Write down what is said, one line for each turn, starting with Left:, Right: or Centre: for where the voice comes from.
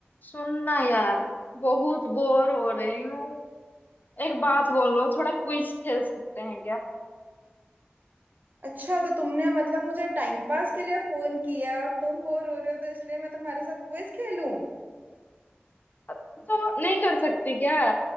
Left: सुनना यार बहुत बोर हो रही हूँ एक बात बोलो थोड़ा क्विज खेल सकते हैं क्या
Right: अच्छा तो तुमने मतलब मुझे टाइम पास के लिए फोन किया और तुम बोर हो रहे हो तो इसलिए मैं तुम्हारे साथ क्विज खेलूं
Left: तो नहीं कर सकती क्या